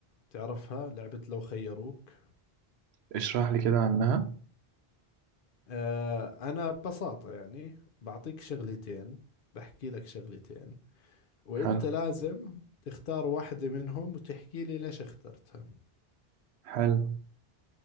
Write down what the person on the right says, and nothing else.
اشرح لي كده عنها
حلو
حلو